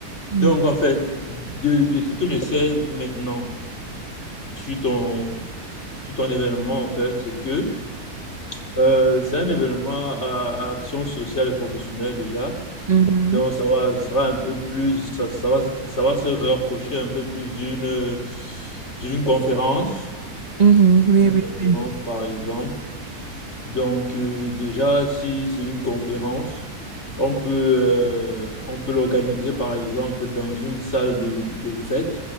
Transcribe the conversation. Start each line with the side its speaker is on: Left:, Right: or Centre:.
Right: mhm.
Left: Donc, en fait, de, de ce que je sais maintenant, suite ton, sur ton événement, en fait, c'est que euh, c'est un événement à, à action sociale et professionnelle déjà.
Right: Mhm.
Left: Donc, ça va, ça sera un peu plus, ça, ça va, ça va se rapprocher un peu plus d'une d'une conférence,
Right: Mhm. Oui,
Left: d'une
Right: oui,
Left: conférence,
Right: oui.
Left: par exemple. Donc, euh, déjà, si c'est une conférence, on peut, euh, on peut l'organiser, par exemple, dans une salle de, de, de fête,